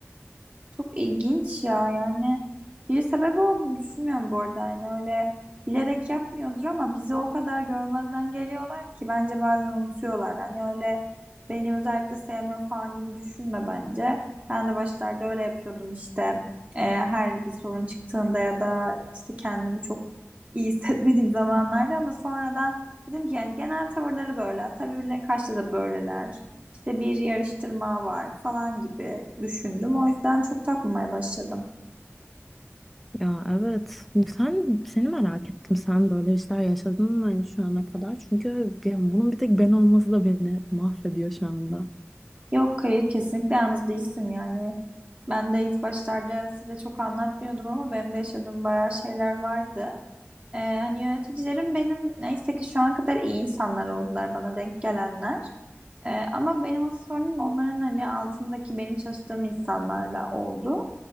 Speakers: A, on the right; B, in the centre.
A: Çok ilginç ya yani bir sebebi olduğunu düşünmüyorum bu arada yani öyle bilerek yapmıyordur ama bizi o kadar görmezden geliyorlar ki bence bazen unutuyorlar. Hani öyle beni özellikle sevmiyor falan gibi düşünme bence. Ben de başlarda öyle yapıyordum işte Ee, her bir sorun çıktığında ya da işte kendimi çok iyi hissetmediğim zamanlarda ama sonradan dedim ki yani genel tavırları böyle tabii birilerine karşı da böyleler. İşte bir yarıştırma var falan gibi düşündüm. O yüzden çok takmamaya başladım.
B: Ya evet. Sen seni merak ettim. Sen böyle işler yaşadın mı hani şu ana kadar? Çünkü ya bunun bir tek ben olması da beni mahvediyor şu anda.
A: Yok hayır kesinlikle yalnız değilsin yani. Ben de ilk başlarda size çok anlatmıyordum ama benim de yaşadığım bayağı şeyler vardı. Ee, hani yöneticilerim benim neyse ki şu ana kadar iyi insanlar oldular bana denk gelenler. Ee, ama benim asıl sorunum onların hani altındaki benim çalıştığım insanlarla oldu.